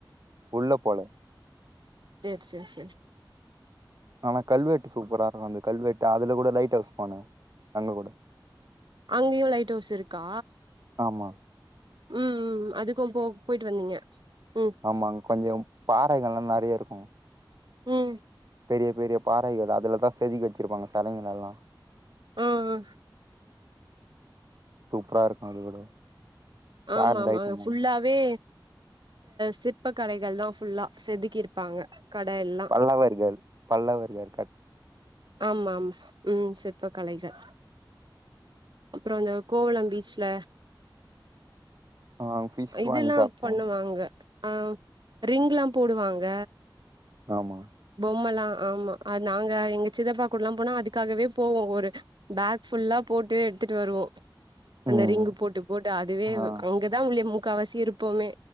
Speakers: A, on the right; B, on the right.
A: உள்ள போல
B: சேர் செரி செரி
A: ஆனா கல்வெட்டு சூப்பரா இருக்கு அந்த கல்வெட்டு அதுல கூட லைட் ஹவுஸ் போன அங்க கூட
B: அங்கையு லைட் ஹவுஸ் இருக்கா
A: ஆமா
B: ம் ம் அது க்கு போ போயிட்டு வந்தீங்க ம்
A: ஆமாங்க கொஞ்சம் பாறைகள்லா நெறைய இருக்கும்
B: ம்
A: பெரிய பெரிய பாறைகள் அதுலதான் செதுக்கி வச்சிருப்பாங்க செலைங்கலெல்லா
B: ம் ம்
A: சூப்பரா இருக்கும் அது கூட
B: ஆமா
A: சார்ந்த
B: ஆமா
A: ஐட்டம்
B: ஃபுல்லாவே
A: தான
B: சிற்ப கலைகள்தா ஃபுல்லா செதுக்கி இருப்பாங்க கட எல்லாம்
A: நல்லா தான் இருக்காரு பல்லவர்கள் க
B: ஆமா ஆமா ம் சிற்ப்ப கலைகள் அப்புறம் இந்த கோவளம் பீச்ல
A: ஆ ஃபிஷ்
B: இதுல்லாம்
A: வாங்கி சாப்ட்டோ
B: பண்ணுவாங்க ஆ ரிங்ல்லாம் போடுவாங்க
A: ஆமா
B: பொம்மலா ஆமா அது நாங்க எங்க சிதப்பாக்குடலா போனா அதுக்காகவே போவோ ஒரு பேக் ஃபுல்லா போட்டு எடுத்துட்டு வருவோ அந்த
A: ம்
B: ரிங்கு போட்டு போட்டு அதுவே
A: ஆ
B: அங்கதா உள்ளே முக்காவாசி இருப்போமே